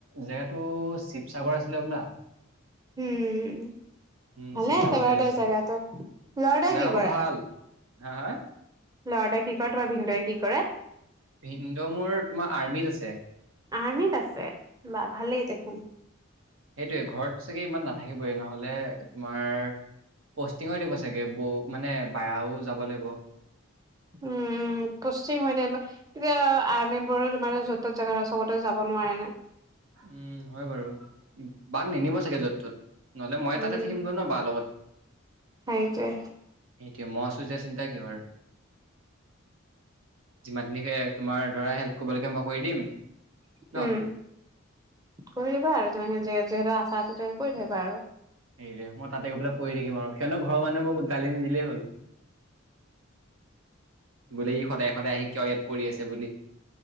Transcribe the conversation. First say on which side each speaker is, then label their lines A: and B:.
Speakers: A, on the right; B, on the right.
A: জেগাতটো শিৱসাগৰ আছিলে হবলা
B: উম
A: উম
B: ভালে
A: শিৱসাগৰ
B: আছে
A: চাইডে
B: বাৰু দে
A: আছিলে
B: জেগাটো লৰাটোৱে
A: জেগাবোৰ
B: কি কৰে,?
A: ভাল হা হা
B: ল'ৰাটোৱে কি কৰে, তোমাৰ ভিনদুৱাইে কি কৰে।
A: ভিন্দো মোৰ তোমাৰ আৰ্মিত আছে।
B: আৰ্মিত আছে। ছে বা ভালেই দেখোন।
A: সেইটোৱে ঘৰত চাগে ইমান নাথাকিবই নহলে, তোমাৰ পষ্টিঙৰ দিব চাগে বৌ মানে বাইয়াও যাব লাগিব।
B: উম, উম কষ্টিঙ হয় দে বা এতিয়া আৰ্মিবোৰ তোমাৰ য'ত ত'ত জেগা চবতে যাব নোৱাৰে নে।
A: উম হয় বাৰু, বাক নেনিব চাগে য'ত ত'ত? নহলে মই
B: উম
A: তাতে থাকিম গৈ ন বাৰ লগত,
B: সেইটোৱে
A: সেইটোৱে মই আছো যেতিয়া চিন্তা কিহৰ? যিমানখিনি যায় আৰু, তোমাৰ ধৰা হেল্প। ক'ব লগিয়া মই। ভৈ দিম নহ।
B: উম কৰি দিবা আৰু যিমানখিনি যিহেতু ইয়াতে আছা কৰি থাকিবা আৰু।
A: সে মই তাতে গৈ পেলাই পৰি থাকিম আৰু, সিহনতৰ ঘৰৰ মানুহে মোক গালি নিদিলেই হ'ল। বোলে ই সদায় সদায় আহি কিয় ইয়াত পৰি আছে বুলি